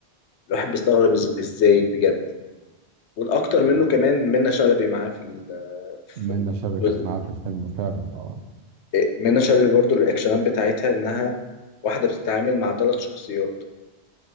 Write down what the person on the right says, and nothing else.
اه
منى
شلبي كانت معاه
في الفيلم فعلا اه